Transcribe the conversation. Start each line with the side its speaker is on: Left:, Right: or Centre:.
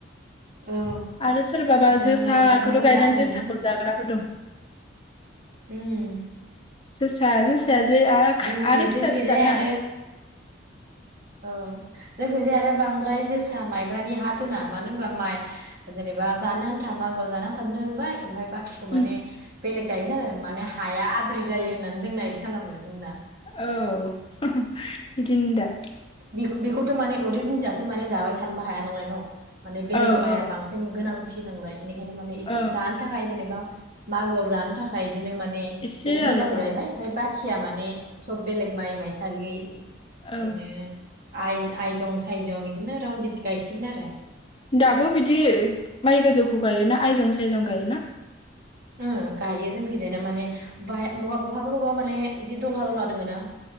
Right: औ
Left: आरो सोरबाबा
Right: आरो
Left: जोसाखौथ'
Right: माइरंफ्राबो
Left: गायनानै
Right: दामबो
Left: जोसाखौ
Right: ना
Left: जाग्राबो दं।
Right: उम
Left: जोसा जोस फिसाजो आरो खा
Right: जोंनि
Left: आरो फिसा
Right: जोंखैजाय
Left: फिसा
Right: आरो
Left: ना?
Right: औ जोंखौ जे आरो बांद्राय जोसा माइब्रानि हा दोना मानो होनबा माइ जेनेबा जानो आन्था मागोआव जानो आनथा दोनबाय ओमफ्राय बाखिखौ माने
Left: उम
Right: बेलेग गायगोन आरो माने हाया आद्रि जायो होननानै जोंना इदि खालामो। जोंना।
Left: औ। बिदिनो दा।
Right: बेखौ बेखौथ' माने उदै बुंजासे माने जाबाय थानोबो हाया नालाय न'। माने बेलेग
Left: औ
Right: माइआ
Left: औ
Right: बांसिन गोनां थि नांलाय। बेनिखायनो माने इसे
Left: औ
Right: जानो थाखाय जेनेबा मागोआव जानो थाखाय बिदिनो माने
Left: एसे
Right: एक
Left: आरो
Right: बिगासो
Left: औ
Right: गायबाय ओमफ्राय बाक खिया माने सब बेलेग माइ माइसालि
Left: औ
Right: बिदिनो आइ आयजं सायजं बिदिनो रनजित गायसिगोन आरो।
Left: दाबो बिदि माइ गोजौखौ गायोना आयजं सायजं गायोना?
Right: ओं गायो जोंखैजायना माने बाय बहाबा बहाबा माने बिदि दलहा दलहा दोङो ना।